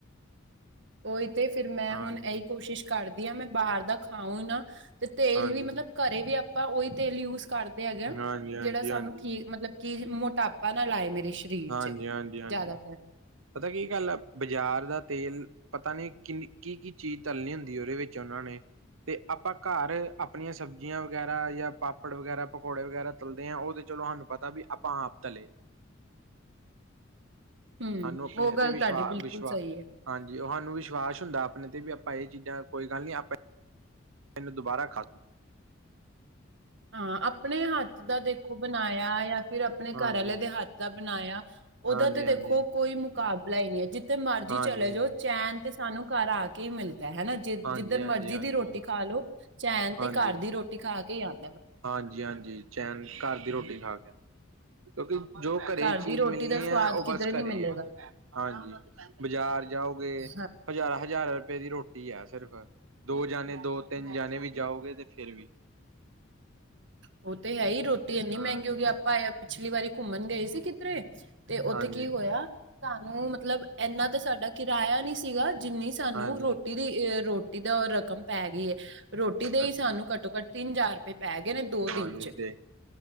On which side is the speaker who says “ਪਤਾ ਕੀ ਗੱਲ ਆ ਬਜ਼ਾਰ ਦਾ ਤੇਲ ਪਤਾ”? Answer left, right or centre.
Right